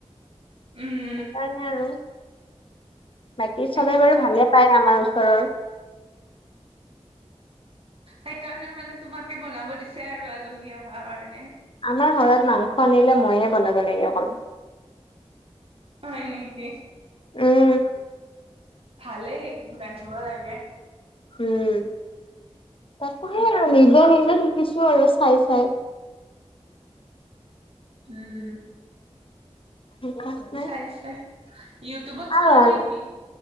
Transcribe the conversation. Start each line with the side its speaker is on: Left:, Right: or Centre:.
Right: উম'।
Left: সেইকাৰণে আৰু বাকী
Right: সেইটো
Left: চবে বাৰু
Right: হয়
Left: ভালে পায় আমাৰ ওচৰৰ।
Right: সেইকাৰণে মানে তোমাকে বনাব দিছে আৰু, আলহী অহাৰ কাৰণে।
Left: আমাৰ ঘৰত মাংস আনিলে, মইয়ে বনাব লাগে অকল।
Right: হয় নেকি?
Left: উম'।
Right: ভালেই, জানিব লাগে।
Left: উম', তাকেহে আৰু, নিজে-নিজে শিকিছো আৰু চাই-চাই।
Right: উম'।
Left: সেইকাৰণে
Right: চাই-চাই, ইউটিউবত চোৱা
Left: আৰু
Right: নেকি?